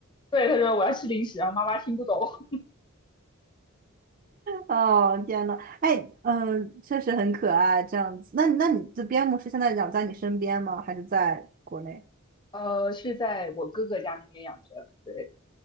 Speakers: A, on the left; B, on the right.
A: 对，他说我要吃零食，然后妈妈听不懂。
B: 哦，天呐，哎，嗯，确实很可爱，这样子。那那你这边牧师现在养在你身边吗？还是在国内？
A: 呃，是在我哥哥家那边养着，对，